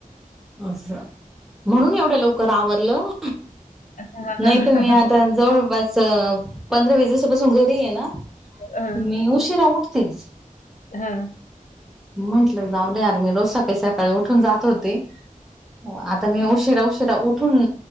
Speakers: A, in the centre; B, on the left.
A: अस म्हणून एवढ्या लवकर आवरलं
B: हां, हां,
A: नाही ते मी
B: हां.
A: आता जवळपास पंधरा, वीस दिवसापासून घरी सुट्टीये ना,
B: हां.
A: मी उशीरा उठते
B: हां.
A: म्हटलं जाऊ दे यार, मी रोज सकाळी सकाळी उठून जात होते. हो आता मी उशिरा उशिरा उठून